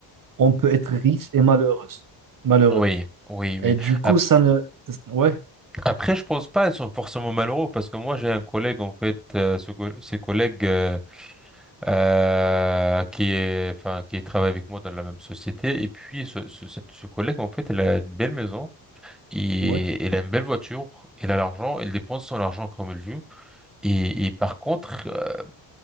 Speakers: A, on the right; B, in the centre.
A: On peut être riche et malheureuse, malheureux.
B: Oui, oui, oui.
A: Et du coup,
B: Ap-
A: ça ne, ouais,
B: Après, je pense pas, elles sont forcément malheureux, parce que moi, j'ai un collègue, en fait, euh, ce, co- ce collègue euh, euh, qui est, enfin, qui travaille avec moi dans la même société, et puis ce, ce, cette- ce collègue, en fait, elle a une belle maison. Et
A: ouais,
B: elle a une belle voiture, elle a l'argent, elle dépense son argent comme elle veut. Et, et par contre, euh,